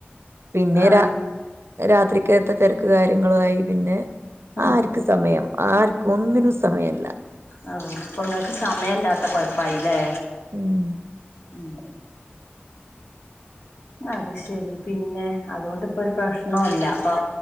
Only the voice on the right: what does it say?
പിന്നെ
രാ രാത്രിക്കാത്തെ തെരക്ക് കാര്യങ്ങളുമായി പിന്നെ
ആർക്ക് സമയം ആർക്കും ഒന്നിനും സമയില്ല
ഉം